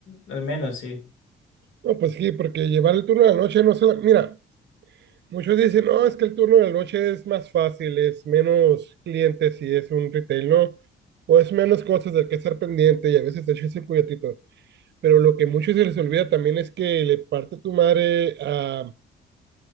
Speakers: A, on the left; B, on the right.
A: al menos sí,
B: No, pues sí, porque llevar el turno de la noche no solo, mira, muchos dicen, no, es que el turno de la noche es más fácil, es menos clientes si es un retail, ¿no? O es menos cosas del que estar pendiente y a veces te echas un cuyatito. Pero lo que muchos se les olvida también es que le parte tu madre a,